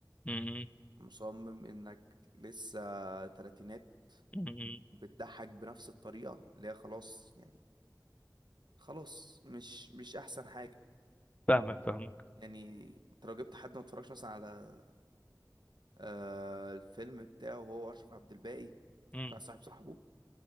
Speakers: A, on the left (about 20°); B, on the right (about 70°).
A: م-
B: مصمم انك لسه تلاتينات
A: م- م-
B: بتضحك بنفس الطريقة اللي هي خلاص يعني خلاص مش مش احسن حاجة
A: فاهمك فاهمك
B: يعني انت لو جبت حد ما اتفرجش مثلا على آه الفيلم بتاعه هو اشرف عبد الباقي
A: م.
B: بتاع صاحب صاحبه